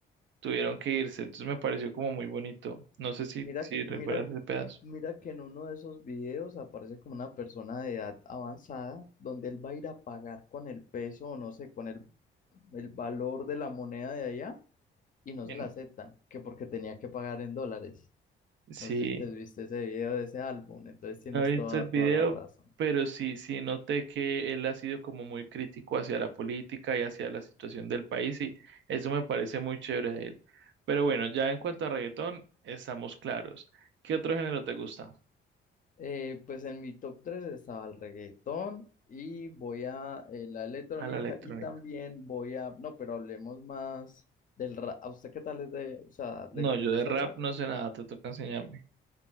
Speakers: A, on the right (about 70°); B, on the left (about 40°).
A: tuvieron que irse. Entonces me pareció como muy bonito. No sé si,
B: Mira
A: si
B: que,
A: recuerdas
B: mira,
A: ese pedazo.
B: mira que en uno de esos videos aparece como una persona de edad avanzada donde él va a ir a pagar con el peso o no sé, con el, el valor de la moneda de allá y no se
A: En-
B: la aceptan, que porque tenía que pagar en dólares.
A: Sí,
B: No sé si te viste ese video de ese álbum, entonces tienes
A: no he
B: toda,
A: visto el video,
B: toda la razón.
A: pero sí, sí noté que él ha sido como muy crítico hacia la política y hacia la situación del país y eso me parece muy chévere de él. Pero bueno, ya en cuanto a reggaetón, estamos claros. ¿Qué otro género te gusta?
B: Eh, pues en mi top 3 estaba el reggaetón y voy a eh, la electrónica
A: A la electrónica.
B: y también voy a, no, pero hablemos más del rap. ¿A usted qué tal es de, o sea,
A: No,
B: le- te
A: yo
B: gusta
A: de rap
B: el rap?
A: no sé nada, te toca enseñarme.